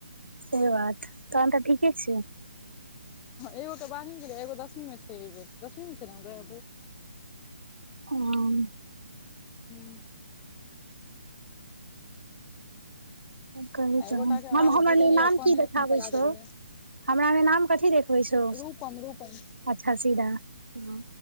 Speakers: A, on the right; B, on the left.
A: से बात तहन तऽ ठीके छै
B: एगो तऽ बारहवीं मऽ छलैय एगो दसमीमे छै एहि बेर दसमीमे छै नऽ न गे <unintelligible>
A: हूं
B: हू <inaudible>
A: कहि
B: एगोटा
A: तहन
B: के
A: हम
B: आर
A: हमर
B: भेजलियै
A: नाम
B: कहने
A: की देखाबै
B: रहथिन करा
A: छौ
B: देबै लए
A: हमरा नाम कथी देखबै छौ
B: रूपम रूपम
A: अच्छा सीधा ह